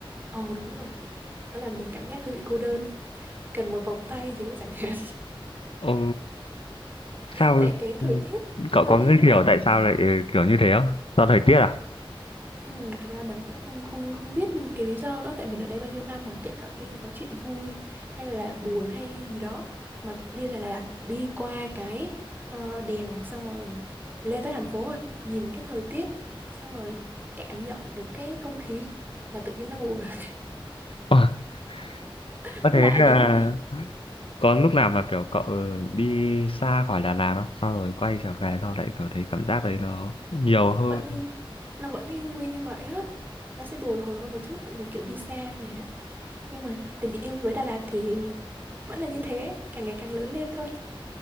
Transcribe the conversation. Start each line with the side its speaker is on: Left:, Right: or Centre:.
Right: ồ đúng rồi nó làm mình cảm giác hơi bị cô đơn cần một vòng tay chứ chẳng hạn
Left: Ừ,
Right: <laughs>
Left: sao
Right: tại cái thời
Left: ừ,
Right: tiết cái
Left: cậu
Right: thời
Left: có
Right: tiết
Left: cái
Right: nó
Left: hiểu
Right: làm
Left: tại sao lại ừ, kiểu như thế không? Do thời tiết à?
Right: Ừ, thực ra mình cũng không không không biết cái lý do nữa tại mình ở đây bao nhiêu năm mà kể cả khi có chuyện vui hay là buồn hay gì đó mà đi là Đà Lạt đi qua cái ờ, đèo xong rồi lên tới thành phố rồi nhìn cái thời tiết xong rồi cảm nhận được cái không khí là tự nhiên nó buồn à.
Left: Ôi, <laughs>
Right: <laughs>
Left: có thế
Right: nó lạ
Left: là
Right: vậy đó
Left: có lúc nào mà kiểu cậu ừ, đi xa khỏi Đà Lạt không? Sau rồi quay trở về sau lại kiểu thấy cảm giác đấy nó nhiều hơn.
Right: vẫn đi nó vẫn y nguyên như vậy á nó sẽ bồi hồi hơn một chút tại vì kiểu đi xa về á nhưng mà tình yêu với Đà Lạt thì vẫn là như thế càng ngày càng lớn lên thôi